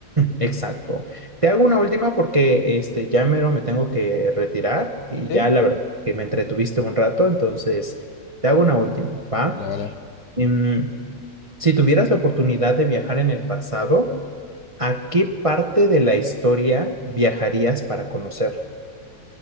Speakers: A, on the right (about 25°); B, on the left (about 70°).
A: Exacto. Te hago una última porque este, ya mero me tengo que retirar y
B: Sí,
A: ya la verdad que me entretuviste un rato, entonces te hago una última, ¿va?
B: vale, vale.
A: Em, si tuvieras la oportunidad de viajar en el pasado, ¿a qué parte de la historia viajarías para conocer?